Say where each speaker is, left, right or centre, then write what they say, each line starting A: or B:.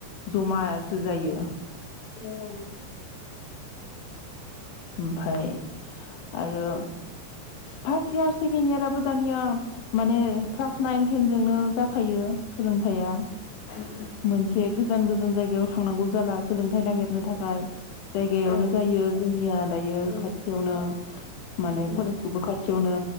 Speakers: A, on the left; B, on the left.
A: जमासो जायो
B: ओं
A: ओमफाय आरो फार्स्ट इयार सेकेणड याराबो दानिया माने क्लास नाइन टेनजों जोंनो जाफायो सोलोंथायाइा
B: औ
A: मोनसे गोजान गोजान जायगायाव थांनांगौ जाला सोलोंथायाइ नागिरनो थाखाय जायगायावनो
B: औ
A: जायो जों निया दायो
B: उम
A: खाथियावनो माने
B: उम
A: कलेजखौबो खाथियावनो